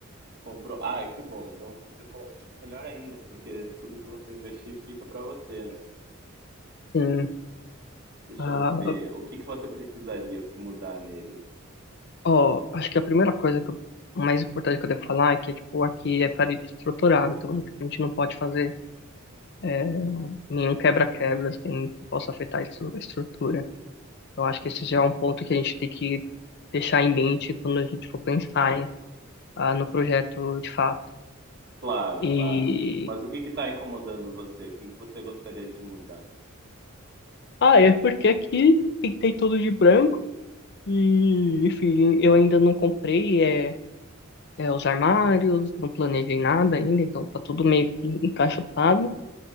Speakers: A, on the right; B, on the left.
A: Comprou. ah que bom. Então, se você comprou, melhor ainda, porque tudo que você investir fica para você, né?
B: Sim.
A: Deixa
B: Ah,
A: eu ver. O que que você precisaria mudar nele?
B: Ó, acho que a primeira coisa que eu, mais importante que eu devo falar é que, tipo, aqui é parede estrutural, então, tipo, a gente não pode fazer é, nenhum quebra-quebra, assim, que possa afetar a estru- a estrutura. Então, acho que
A: Uhum.
B: esse já é um ponto que a gente tem que deixar em mente quando a gente for pensar em, ah, no projeto de fato.
A: Claro,
B: E...
A: claro. Mas o que que está incomodando você? O que que você gostaria de mudar?
B: Ah, é porque aqui pintei tudo de branco e, enfim, eu ainda não comprei, é... é, os armários, não planejei nada ainda, então tá tudo meio que encaixotado.